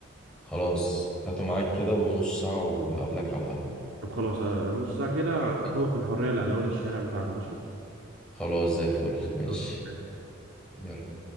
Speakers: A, in the centre; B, on the right.
A: خلاص هاته معاك كده ونص ساعة وهقابلك على القهوة
B: طب خلاص آه، نص ساعة كده
A: أتفرج عليه.
B: قهوة الحرية اللي على اول الشارع بتاعنا ماشي
A: خلاص زي الفل ماشي
B: يلا.
A: يلا